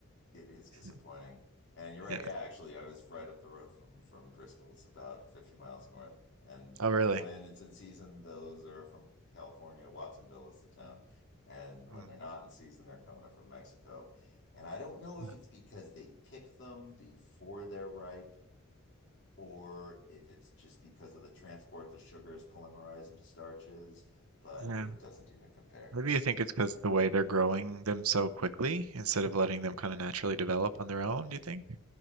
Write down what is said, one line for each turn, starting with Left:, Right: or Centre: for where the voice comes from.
Left: It is disappointing.
Right: And,
Left: And you're right.
Right: yeah.
Left: Yeah, actually, I was right up the road from from Driscoll's, about 50 miles north. And
Right: Oh, really?
Left: when it's in season, those are from California. Watsonville is the town. And when
Right: Mm,
Left: they're not in season, they're coming up from Mexico. And I don't know if
Right: Yeah.
Left: it's because they pick them before they're ripe or if it's just because of the transport, the sugars polymerize into starches, but
Right: Yeah.
Left: it doesn't even compare.
Right: Maybe you think it's because the way they're growing them so quickly instead of letting them kind of naturally develop on their own, do you think?